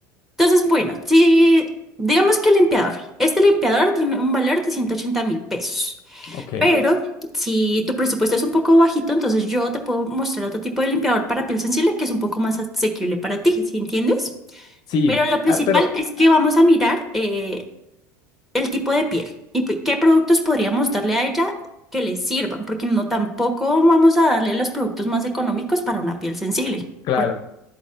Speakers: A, in the centre; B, on the left.
A: Entonces, bueno, si digamos que el limpiador. Este limpiador tiene un valor de ciento ochenta mil pesos.
B: Ok,
A: Pero si tu presupuesto es un poco bajito, entonces yo te puedo mostrar otro tipo de limpiador para piel sensible que es un poco más asequible para ti, ¿sí entiendes?
B: sí,
A: Pero lo principal
B: ah, pero ah,
A: es que vamos a mirar eh, el tipo de piel y p- qué productos podríamos darle a ella que le sirvan, porque no tampoco vamos a darle los productos más económicos para una piel sensible.
B: claro,
A: Por-